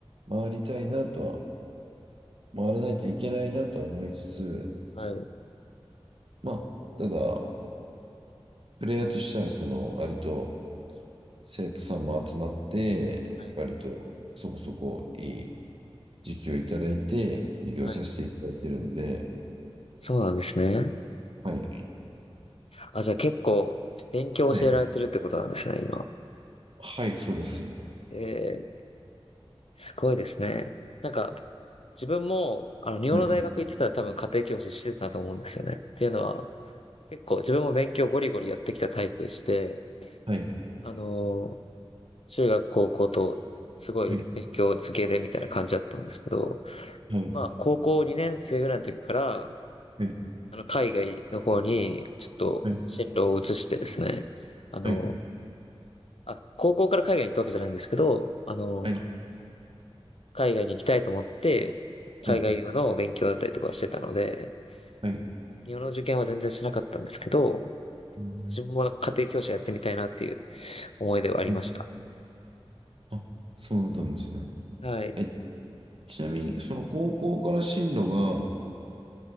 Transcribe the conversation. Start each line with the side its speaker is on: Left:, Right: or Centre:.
Right: 回りたいなとは、回らないといけないなとは思いつつ、
Left: はい。
Right: まあ、ただ、プレイヤーとしては、その、あれと生徒さんも集まって、
Left: はい。
Right: 割とそこそこいい時期をいただいて、授業させていただいているので、
Left: はい。そうなんですね。
Right: はい、
Left: あ、じゃあ結構、勉強を教えられてるってことなんですね、
Right: はい、
Left: 今。
Right: はい、そうです。
Left: えー、すごいですね。なんか、自分も、あの、日本の大学行ってたら多分家庭教師してたと思うんですよね。
Right: はい、
Left: っていうのは、結構自分も勉強ゴリゴリやってきたタイプでして、
Right: はい、
Left: あのー、中学、高校と、すごい勉強漬けでみたいな感じだったんですけど、
Right: はい、はい、
Left: まあ、高校2年生ぐらいの時から、
Right: はい、
Left: あの、海外の方に、ちょっと、
Right: はい、
Left: 進路を移してですね、あの、
Right: はい、
Left: あ、高校から海外に行ったわけじゃないんですけど、あの、
Right: はい、
Left: 海外に行きたいと思って、海外用の勉強だったりとかしてたので、
Right: はい、はい、
Left: 日本の受験は全然しなかったんですけど、
Right: うん
Left: 自分は家庭教師やってみたいなっていう思いではありました。
Right: はい、あ、そうだったんですね。
Left: はい。
Right: え、ちなみに、その高校から進路が、